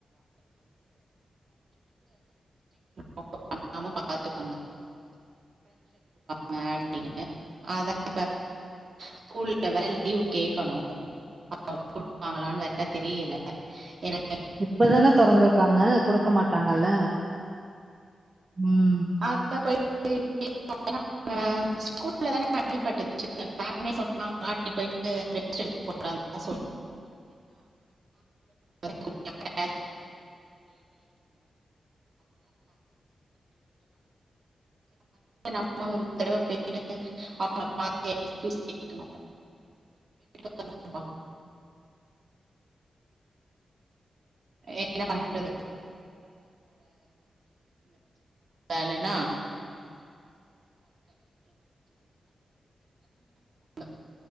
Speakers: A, on the right; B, on the right.
A: பன்னாம <inaudible> <inaudible> <inaudible> அப்டின்னு அதா <inaudible> ஸ்கூல்ல வேற லீவு கேக்கணு <inaudible> குடுப்பாங்களானு வேற தெரியல எனக்
B: இப்பதான தெறந்துருகாங்க குடுக்க மாட்டாங்கல்ல ம்
A: அதா போயி கேக்கனு <inaudible> ஸ்கூல்ல தான அடிப்பட்டுச்சு <inaudible> <inaudible> டாக்டர் போய்ட்டு ட்ரிப்ஸ் <inaudible> <inaudible> <inaudible> <inaudible> நம்ம ஒரு தடவ போய் அவங்கள பாத்து எக்ஸ்கியூஸ்மீ கேக்கணு <inaudible> என்ன பன்றது <inaudible> <inaudible> லனா <inaudible>